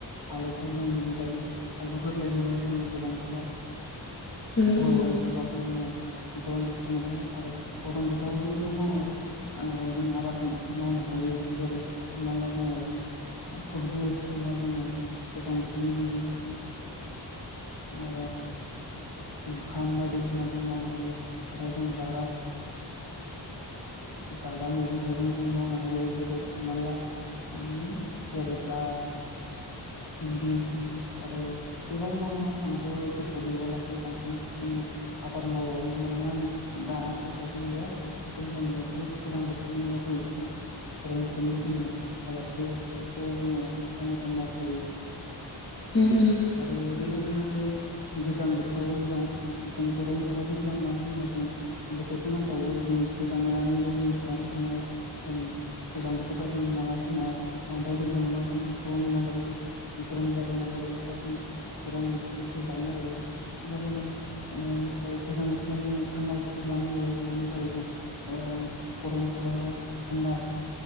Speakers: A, on the left; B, on the left.
A: आलुखौ जों मोनजायो आलु गोरलै मोनो जोङो गोजां बोथोराव।
B: औ
A: गयरम बोथोराव थ जोङो गरम बुस्थु मोनो आरो गरम बोथोरावबो दङ ओ जों आबाद मावनो हायो जेरै हमना ला जोङो थरबुज बा जोङो गोजां बोथोरनि जोङो ओ जुखाम बायदिसिना जों मावनानै हाथाय जों जाग्रा ओ जा दा मैगं थाइगं जों मावनो हायो जेरै हमना ला ओम केेरेला भिन्दि आरो गोबां दङ आंथ' गोसोआव गैयलासो बांसिन जोङो आबाद मावबाबो माने आंनि दा गोसोआवसो गैया खिथु जोङो बुहुद गोजां बोथोरनि बा गरम बोथोरनि जोङो आबादफोरखौ जोङो टाइम बाय टाइम मावखायो।
B: उम उम
A: आरो बेल' नङा जे गोजां बोथोरावाल' मोजां जों गरम बोथोराबो मोजां मानो होनबा जों बोथोरखौ नांखाबौ जों गोजांनानैल' जों थाबाय थानो हाया जों गोजां बोथोराव जों मालाब समाव बांद्राय गोजाङोबा जों गरम नागिरो। गरम जायगा नागिरो बा जों गरम बुस्थु जानो नागिरो बेनि थाखाय माने ओ गोजां बोथोराव जोङो थान्दा गुसु जानो नागिरो मानि थाखाय जों। <unintelligible> गरम बोथोरावहाय थान्दा